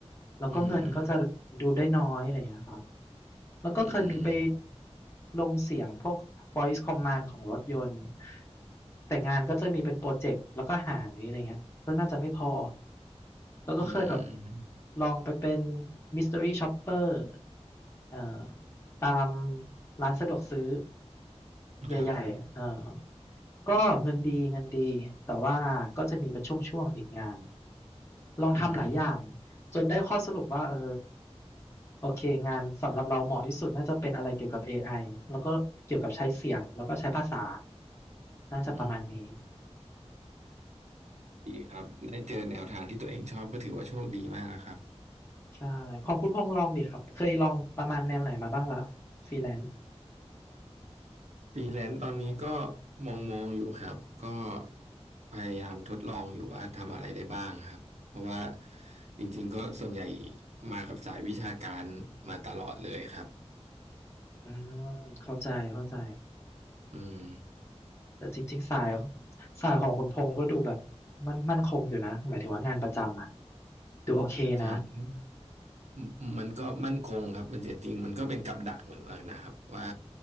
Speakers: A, on the left; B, on the right.
A: แล้วก็เงินก็จะดูได้น้อยอะไรอย่างเงี้ยครับ
B: อืม
A: แล้วก็เคยมีไป
B: อืม
A: ลงเสียงพวก voice command ของรถยนต์ แต่งานก็จะมีเป็นโปรเจกต์แล้วก็หายอะไรเงี้ยก็น่าจะไม่พอ แล้วก็เคยแบบ
B: อืม
A: ลองไปเป็น mystery shopper เอ่อตามร้านสะดวกซื้อ ใหญ่ๆเออ
B: ครับ
A: ก็เงินดีเงินดี แต่ว่าก็จะมีเป็นช่วงๆอีกงาน ลองทำหลายอย่าง
B: อืม
A: จนได้ข้อสรุปว่าเออโอเค งานสำหรับเราเหมาะที่สุดน่าจะเป็นอะไรเกี่ยวกับ AI แล้วก็เกี่ยวกับใช้เสียงแล้วก็ใช้ภาษา น่าจะประมาณนี้
B: อืมดีครับได้เจอแนวทางที่ตัวเองชอบก็ถือว่าโชคดีมากนะครับ
A: ใช่ของคุณพงษ์ลองดิครับ เคยลองประมาณแนวไหนมาบ้างละฟรีแลนซ์
B: ฟรีแลนซ์ตอนนี้ก็มองมองอยู่ครับก็พยายามทดลองอยู่ว่าทำอะไรได้บ้างครับเพราะว่าจริงๆก็ส่วนใหญ่มากับสายวิชาการมาตลอดเลยครับ
A: อืมเข้าใจเข้าใจ
B: อืม
A: แต่จริงๆ สายสายของคุณพงษ์ก็ดูแบบมันมั่นคงอยู่นะหมายถึงว่างานประจำอ่ะดูโอเคนะ
B: ทำ อืมอืมมันก็มั่นคงครับมันเสียจริงมันก็เป็นกับดักเหมือนกันนะครับว่า